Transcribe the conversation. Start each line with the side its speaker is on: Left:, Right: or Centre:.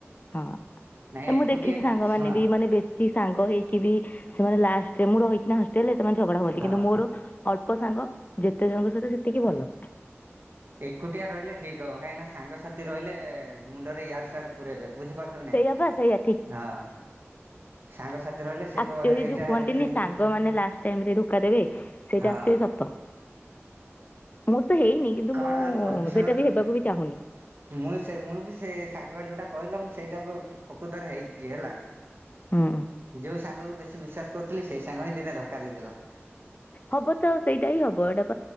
Left: ହଁ।
Right: ନାଇଁ
Left: ଏ
Right: ଏକୁଟିଆ
Left: ମୁଁ ଦେଖିଚି
Right: ଯେ
Left: ସାଙ୍ଗମାନେ
Right: ଶୁଣ
Left: ବି ମାନେ ବେଶ ଶୀ ସାଙ୍ଗ ହେଇକି ବି ସେମାନେ ଲାଷ୍ଟରେ ମୁଁ ରହିଚି ନା ହଷ୍ଟେଲ୍ ରେ ସେମାନେ ଝଗଡା ହୁଅନ୍ତି।
Right: ହଁ
Left: କିନ୍ତୁ ମୋର ଅଳ୍ପ ସାଙ୍ଗ ଯେତେ ଜଣଙ୍କ ସହିତ ସେତିକି ଭଲ।
Right: ଏକୁଟିଆ ରହିଲେ ଠିକ ହବ। କାହିଁକିନା ସାଙ୍ଗସାଥି ରହିଲେ ମୁଣ୍ଡରେ ଇଆଡ଼େ ସିଆଡେ ପୁରଇବେ। ବୁଝିପାରୁ ଛ ନାଇଁ
Left: ସେଇଆ ପା ସେଇଆ ଠିକ
Right: ହଁ ସାଙ୍ଗସାଥି ରହିଲେ ସେ
Left: ଆକ୍ଚୁଲି
Right: କହ ଏଇଟା
Left: ଯୋଉ କୁହନ୍ତିନି
Right: ଏମିତି ଏମିତି
Left: ସାଙ୍ଗମାନେ ଲାଷ୍ଟ ଟାଇମ୍ ରେ ଧୋକା ଦେବେ ସେଇଟା
Right: ହଁ
Left: ଆକ୍ଚୁଲି ସତ। ମୋର ତ ହେଇନି କିନ୍ତୁ
Right: କଣ
Left: ମୁଁ
Right: ଆଉ କହ ଶୁଣନ୍ତୁ
Left: ସେଇଟା ବି ହେବାକୁ ବି ଚାହୁଁନି।
Right: ମୁଁ ସେ ମୁଁ ବି ସେ ସାଙ୍ଗ ଯୋଉଟା କହିଲ ମୁଁ ସେଇଟା ବି ପ-ପ୍ରକୃତରେ ହେଇଚି ହେଲା।
Left: ହୁଁ।
Right: ଯୋଉ ସାଙ୍ଗକୁ ବେଶୀ ବିଶ୍ୱାସ କରୁଥିଲି ସେଇ ସାଙ୍ଗ ହିଁ ଦିନେ ଧକ୍କା ଦେଇଦେଲା।
Left: ହବ ତ ସେଇଟା ହି ହବ। ଏଟା